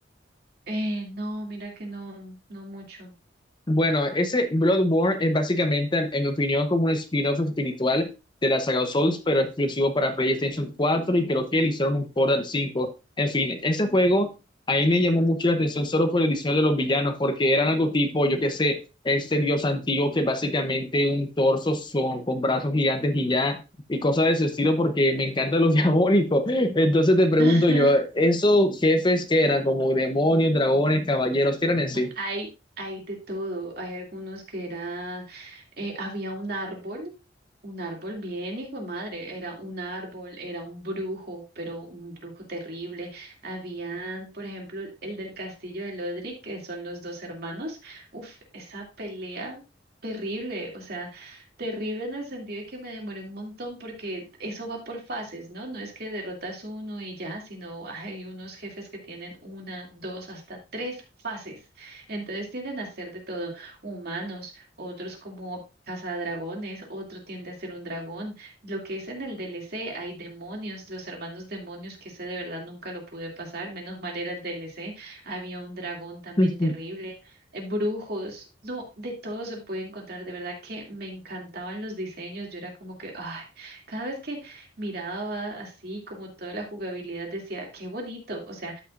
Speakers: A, on the right; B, on the left.
A: Eh, no, mira que no, no mucho.
B: Bueno, ese Bloodborne es básicamente, en en mi opinión, como un spin-off espiritual de la saga Souls, pero exclusivo para PlayStation 4 y creo que le hicieron un port al 5. En fin, ese juego a mí me llamó mucho la atención solo por el diseño de los villanos, porque eran algo tipo, yo qué sé, este dios antiguo que básicamente un torso son, con brazos gigantes y ya, y cosas de ese estilo, porque me encanta lo <laughs> diabólico. Entonces te pregunto
A: <laughs>
B: yo, ¿esos jefes que eran como demonios, dragones, caballeros, qué eran en sí?
A: Hay, hay de todo. Hay algunos que eran eh, había un árbol, un árbol bien hijo de madre, era un árbol, era un brujo, pero un brujo terrible. Habían, por ejemplo, el del castillo de Lodric, que son los dos hermanos. Uf, esa pelea terrible, o sea, terrible en el sentido de que me demoré un montón porque eso va por fases, ¿no? No es que derrotas uno y ya, sino hay unos jefes que tienen una, dos, hasta tres fases. Entonces tienden a ser de todo humanos otros como Cazadragones, otro tiende a ser un dragón. Lo que es en el DLC, hay demonios, los hermanos demonios, que ese de verdad nunca lo pude pasar, menos mal era el DLC, había un dragón también
B: <laughs>
A: terrible, eh, brujos, no, de todo se puede encontrar, de verdad que me encantaban los diseños, yo era como que, ay, cada vez que miraba así como toda la jugabilidad decía, qué bonito, o sea,